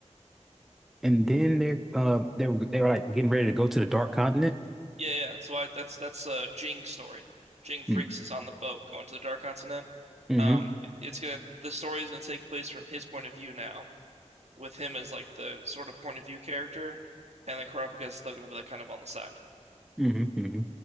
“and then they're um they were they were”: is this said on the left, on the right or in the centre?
Centre